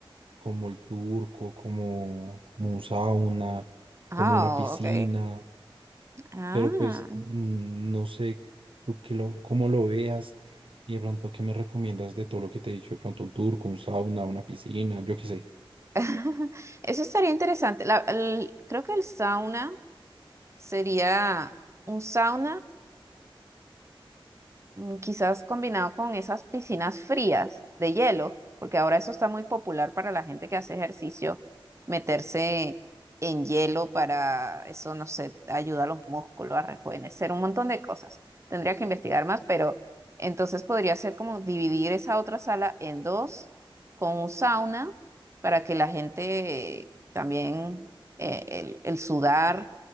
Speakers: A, on the right; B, on the right.
A: como el turco, como, como un sauna,
B: Ah,
A: como una piscina
B: ok. Ah,
A: pero pues mm, no sé tú qué lo, cómo lo veas y de pronto qué me recomiendas de todo lo que te he dicho, de pronto un turco, un sauna, una piscina, yo qué sé.
B: <laughs> eso estaría interesante. La- el- creo que el sauna sería un sauna mm, quizás combinado con esas piscinas frías de hielo, porque ahora eso está muy popular para la gente que hace ejercicio, meterse en hielo para eso, no sé, ayuda a los músculos a rejuvenecer, un montón de cosas. Tendría que investigar más, pero entonces podría ser como dividir esa otra sala en dos con un sauna para que la gente también, eh, el el sudar